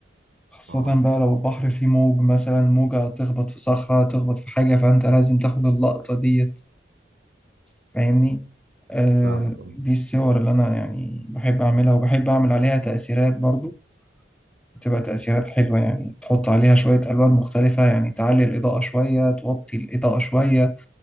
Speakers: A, in the centre; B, on the right (about 80°).
A: خاصة
B: اه
A: بقى لو البحر فيه موج مثلا موجة تخبط في صخرة تخبط في حاجة فأنت لازم تاخد اللقطة ديت فاهمني آه
B: فاهمك اه
A: دي الصور اللي أنا يعني بحب أعملها وبحب أعمل عليها تأثيرات برضو بتبقى تأثيرات حلوة يعني تحط عليها شوية ألوان مختلفة يعني تعلي الإضاءة شوية توطي الإضاءة شوية